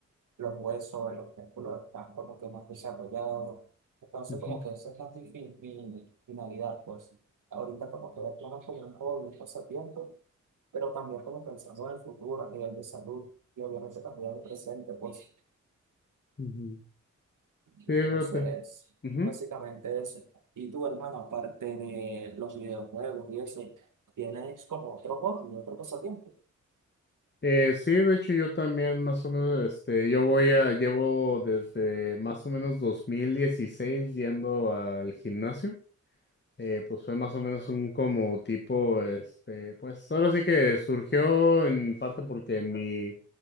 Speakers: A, on the right; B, on the left.
A: los huesos, los músculos están como que más desarrollados. Entonces
B: ujú,
A: como que esa es la mi, fin- mi finalidad, pues. Ahorita como que verlo más como un hobby, un pasatiempo, pero también como pensando en el futuro a nivel de salud y obviamente también en el presente, pues.
B: ujú. Sí,
A: Entonces,
B: fíjate.
A: básicamente eso. Y tu hermano, aparte de los videojuegos y eso, tienes como otro hobby, otro pasatiempo.
B: Eh, sí, de hecho yo también más o menos, este, yo voy a, llevo desde más o menos 2016 yendo al gimnasio. Eh, pues fue más o menos un como tipo, este, pues ahora sí que surgió en parte porque mi,